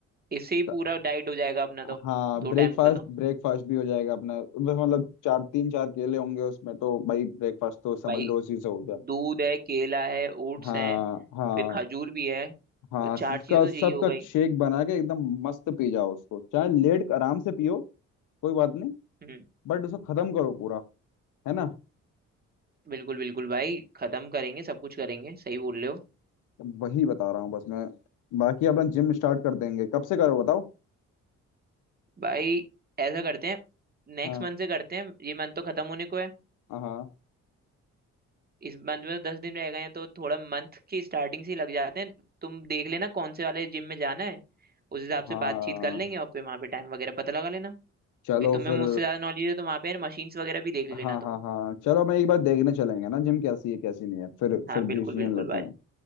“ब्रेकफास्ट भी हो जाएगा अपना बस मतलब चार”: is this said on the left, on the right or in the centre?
Left